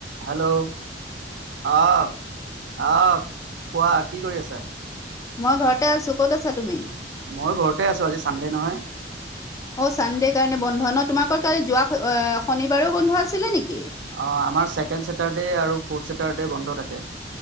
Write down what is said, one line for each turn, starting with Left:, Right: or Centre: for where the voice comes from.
Right: Hello. অ'। অঁহ কোৱা কি কৰি আছা?
Left: মই ঘৰতে আছোঁ। ক'ত আছা তুমি?
Right: মই ঘৰতে আছোঁ আজি চানডে নহয়।
Left: অ চানডে কাৰণে বন্ধ। ন তোমালোকৰ কালি যোৱা শনিবাৰো বন্ধ আছিলে নেকি?
Right: অঁ আমাৰ ছেকেণ্ড ছেটাৰডে আৰু ফ'ৰ্থ চেটাৰ্ডে বন্ধ থাকে।